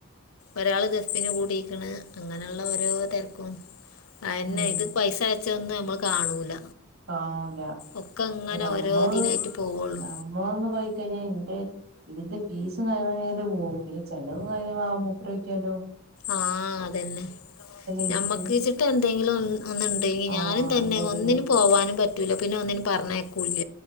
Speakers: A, on the left; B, on the right.
A: ഒരാള് ദഫിൻ കൂടിയിരിക്കണ് അങ്ങനെയുള്ള ഓരോ തിരക്കും അന്നെ
B: ഉം
A: ഇത് പൈസ അയച്ചൊന്നും നമ്മൾ കാണൂല
B: കാണില്ല
A: ഒക്കെ അങ്ങനെ
B: അപ്പ നമ്മൾ
A: ഓരോ ഇതിനായിട്ട് പോവുള്ളൂ
B: നമ്മളൊന്ന് പോയിക്കഴിഞ്ഞാൽ എന്റെ ഇതിന്റെ ഫീസും കഴ കഴിഞ്ഞാല് പോവും. പിന്നെ ചെലവും കഴിയ മുൂപ്പ രൂപയ്ക്കാലോ
A: ആഹ് അതെന്നെ
B: ഇൻക്ക്
A: ഞമ്മക്ക്ച്ചിട്ട് എന്തെങ്കിലും ഒന്നുണ്ടെങ്കി
B: ആ
A: ഞാനും തന്നെ
B: ഇണ്ടെങ്കില്
A: ഒന്നിനന് പോവാനും പറ്റ ട്ടൂല പിന്നെ ഒന്നിനന് പറഞ്ഞേക്കൂല്ല.